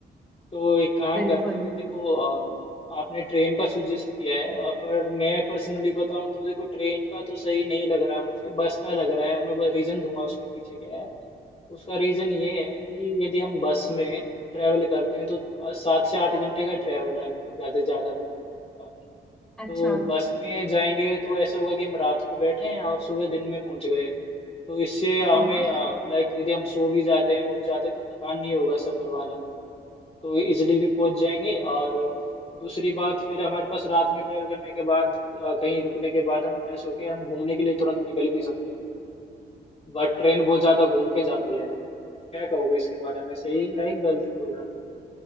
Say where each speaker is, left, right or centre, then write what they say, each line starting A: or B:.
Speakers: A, on the left; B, in the centre.
A: तो एक काम
B: बिल्कुल
A: करते हैं देखो आ, आपने ट्रेन का सुजेस्ट किया है आ, पर मैं पर्सनली बताऊं तो देखो ट्रेन का तो सही नहीं लग रहा मुझे बस का लग रहा है मैं रीजन दूंगा उसके पीछे क्या है उसका रीजन ये है कि यदि हम बस में ट्रैवल करते हैं तो सात से आठ घंटे का ट्रैवल है ज्यादा से ज्यादा मनाली का अपना
B: अच्छा
A: तो बस में जाएंगे तो ऐसा होगा कि हम रात को बैठे हैं और सुबह दिन में पहुंच गए तो इससे हमें
B: हाँ हाँ
A: लाइक यदि हम सो भी जाते हैं वो भी जाते हैं तो थकान नहीं होगा सफर वाला तो इजिली भी पहुंच जाएंगे और दूसरी बात फिर हमारे पास रात में ट्रैवल करने के बाद अ, कहीं रुकने के बाद हम फ्रेश होके हम घूमने के लिए तुरंत निकल भी सकते हैं बट ट्रेन बहुत ज्यादा घूम के जाती है क्या कहोगे इसके बारे में सही है गलत बोल रहा हूँ मैं?